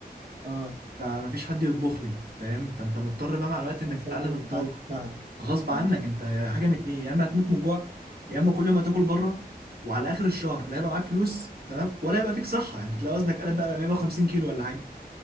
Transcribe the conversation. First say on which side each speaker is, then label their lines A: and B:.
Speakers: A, on the right (about 45°); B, on the right (about 65°).
A: اه
B: فمفيش حد يطبخ لي فاهم فانت مضطر بقى مع الوقت انك
A: انت
B: تتعلم
A: اتعلمتها
B: الطبخ غصب عنك
A: بالظبط
B: انت حاجه من اتنين يا اما هتموت من الجوع يا اما كل يوم هتاكل بره وعلى اخر الشهر لا هيبقى معاك فلوس تمام ولا هيبقى فيك صحه يعني انت تلاقي وزنك قلب بقى 150 كيلو ولا حاجه